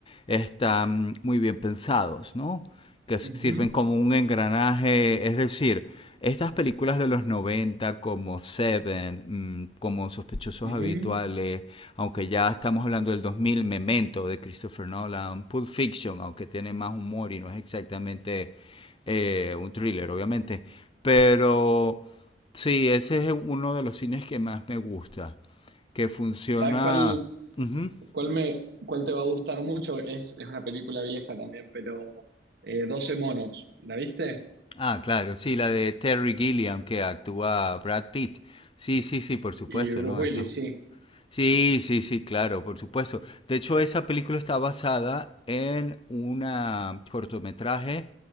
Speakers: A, on the left (about 30°); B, on the right (about 65°).
A: están muy bien pensados, ¿no? que s-
B: ujú,
A: sirven como un engranaje, es decir, estas películas de los 90 como Seven, mm, como Sospechosos
B: ujú.
A: Habituales, aunque ya estamos hablando del 2000, Memento de Christopher Nolan, Pulp Fiction, aunque tiene más humor y no es exactamente eh, un thriller, obviamente, pero sí, ese es uno de los cines que más me gusta, que funciona...
B: ¿Sabes cuál,
A: Ujú.
B: cuál me, cuál te va a gustar mucho? Es, es una película vieja también, pero eh, 12 monos. ¿La viste?
A: Ah, claro, sí, la de Terry Gilliam que actúa Brad Pitt. Sí, sí, sí, por supuesto,
B: Y Bruce
A: ¿no?
B: Willis,
A: Eso
B: sí.
A: Sí, sí, sí, claro, por supuesto. De hecho, esa película está basada en una cortometraje,